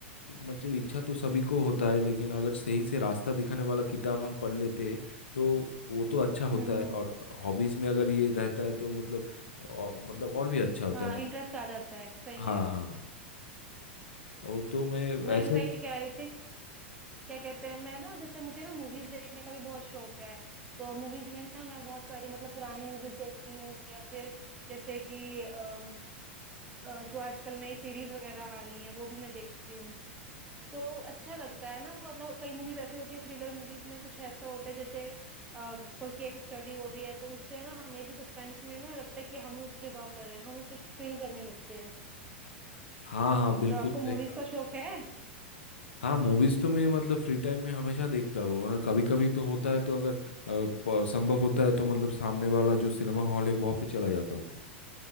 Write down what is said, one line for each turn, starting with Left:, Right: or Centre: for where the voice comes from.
Left: मतलब इच्छा तो सभी को होता है लेकिन अगर सही से रास्ता दिखाने वाला किताब हम पढ़ लेते हैं तो वो तो अच्छा
Right: हम्म
Left: होता है और हॉबीज में अगर ये रहता है तो मतलब और, मतलब और भी अच्छा होता
Right: हाँ
Left: है मतलब
Right: इंटरेस्ट आ जाता है सही
Left: हाँ
Right: कह रहे
Left: हाँ
Right: हो
Left: ओ तो मैं
Right: मैं
Left: ऐसे
Right: भी वही
Left: ही
Right: कह रही थी क्या कहते हैं मैं ना जैसे मुझे ना मूवीज देखने का भी बहुत शौक है तो मूवीज में ना मैं बहुत सारी मतलब पुरानी मूवीज देखती हूँ या फिर जैसे कि अम, अ, जो आजकल नई सीरीज वगैरह आ रही हैं वो भी मैं देखती हूँ तो अच्छा लगता है ना मतलब कई मूवीज ऐसी होती हैं थ्रिलर मूवीज में कुछ ऐसा होता है जैसे अ, कोई केस स्टडी हो रही है तो उससे ना हमें भी सस्पेंस में ना लगता है कि हम उस जगह पर है हम उस चीज को फील करने लगते हैं
Left: हाँ हाँ बिल्कुल
Right: तो आपको
Left: सही
Right: मूवीज
Left: कहा
Right: का शौक है
Left: हाँ मूवीज तो मैं मतलब फ्री टाइम में हमेशा देखता हूँ और कभी कभी तो होता है तो अगर अ, प- संभव होता है तो मतलब सामने वाला जो सिनेमा हॉल है वहाँ पे चला जाता हूँ